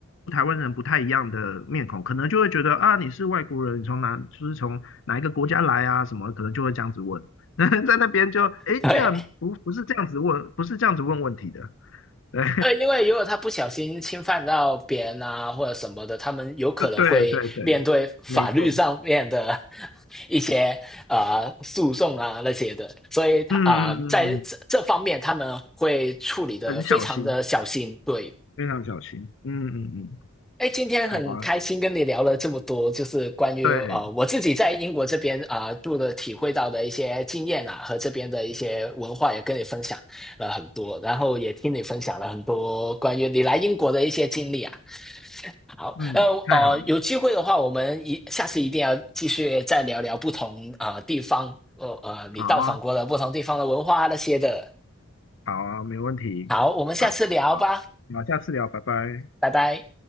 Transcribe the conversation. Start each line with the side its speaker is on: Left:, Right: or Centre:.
Left: 台湾人不太一样的面孔，可能就会觉得啊，你是外国人，你从哪就是从哪一个国家来啊什么，可能就会这样子问。<laughs> 在那边就哎诶，
Centre: 对。
Left: 居然不不是这样子问，不是这样子问问题的，对
Centre: 呃，因为如果他不小心侵犯到别人啊，或者什么的，他们有可能会面对法律上面的
Left: <laughs> 对对对，没错，
Centre: <laughs> 一些呃诉讼啊那些的，所以他啊、
Left: 嗯嗯嗯，
Centre: 呃在这这方面他们会处理的非常的小心，
Left: 嗯很小心，
Centre: 对。
Left: 非常小心，嗯嗯嗯，
Centre: 哎，今天很开心跟你聊了这么多，
Left: 好啊，
Centre: 就是关于呃我自己在英国这边啊、
Left: 对，
Centre: 呃住的体会到的一些经验啊，和这边的一些文化也跟你分享了很多，然后也听你分享了很多关于你来英国的一些经历啊。好，
Left: 嗯，
Centre: 呃呃，
Left: 太好了，
Centre: 有机会的话，我们一下次一定要继续再聊聊不同啊、呃地方，呃呃，你到访过的不同地方的文化啊那些的。
Left: 好啊，好啊，没问题，
Centre: 好，我们下次聊吧，
Left: 好，好，好，下次聊，拜拜。
Centre: 拜拜。